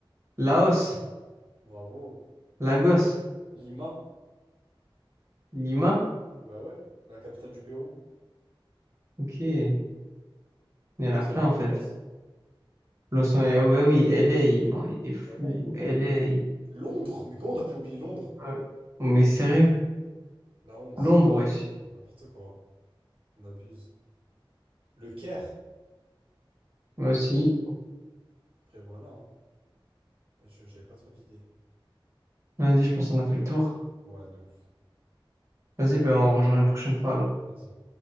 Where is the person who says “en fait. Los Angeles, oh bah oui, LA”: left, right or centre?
Right